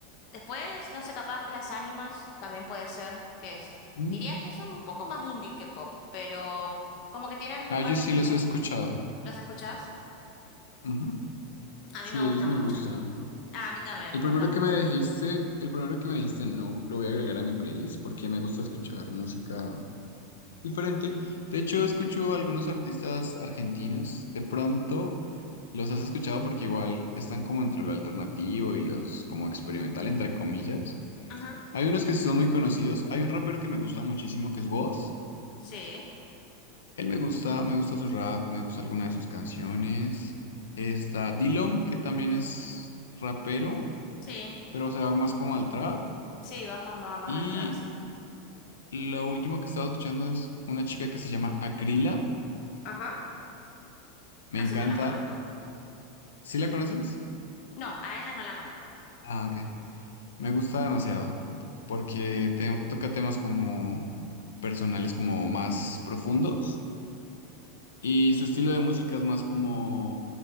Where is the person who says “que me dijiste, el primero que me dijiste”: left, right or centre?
Left